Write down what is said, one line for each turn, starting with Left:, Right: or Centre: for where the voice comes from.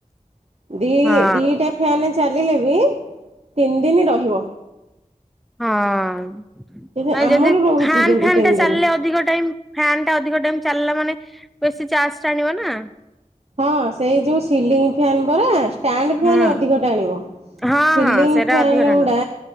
Right: ଦି
Centre: ହଁ
Right: ଦିଟା ଫ୍ୟାନେ ଚାଲିଲେ ବି ତିନି ଦିନି ରହିବ।
Centre: ହଁ ତ
Right: କିନ୍ତୁ
Centre: ଏଁ
Right: ଆମର
Centre: ଯଦି ଫ୍ୟାନ୍
Right: ରହୁଛି କିନ୍ତୁ
Centre: ଫ୍ୟାନ୍
Right: ତିନି
Centre: ଟେ ଚାଲିଲେ
Right: ଦିନ।
Centre: ଅଧିକ ଟାଇମ୍ ଫ୍ୟନ୍ ଟା ଅଧିକ ଟାଇମ୍ ଚାଲିଲା ମାନେ ବେଶୀ ଚାର୍ଜ ଟାଣିବ ନା।
Right: ହଁ ସେଇ ଯୋଉ ସିଲିଙ୍ଗ ଫ୍ୟାନ୍ ପରା ଷ୍ଟାଣ୍ଡ
Centre: ହୁଁ
Right: ଫ୍ୟାନ୍ ଅଧିକ ଟାଣିବ।
Centre: ହଁ
Right: ସିିଲିଙ୍ଗ
Centre: ହଁ ସେଇଟା
Right: ଫ୍ୟାନ୍
Centre: ଅଧିକ
Right: ଉଡ଼ା
Centre: ଟାଣିବ।